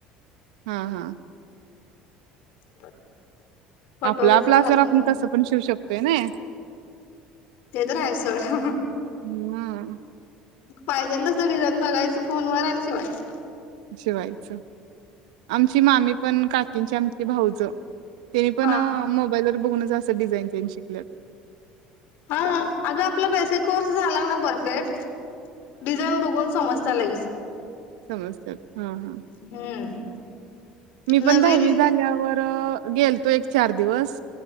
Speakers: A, on the right; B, on the left.
A: हा हा
B: <unintelligible> कटोरीच
A: आपला आपला
B: घालून
A: असल्यावर आपण कसं पण शिवू शकतोय नाई
B: ते तर आहेच सोड.
A: हा
B: पाहिजेल तसं डिझाईन बघायचं फोनवर आणि शिवायचं.
A: शिवायचं आमची मामी पण काकींची आमची भाऊजयं तेनी पण
B: हा.
A: मोबाईलवर बघूनच असं डिझाईन तेन शिकल्यात.
B: हा. अग आपला बेसिक कोर्स झाला ना परफेक्ट डिझाईन बघून समज च लगेच.
A: समजत्यात. हा हा
B: हम्म
A: मी
B: नवीन
A: पण दहावी झाल्यावर गेलतो एक चार दिवस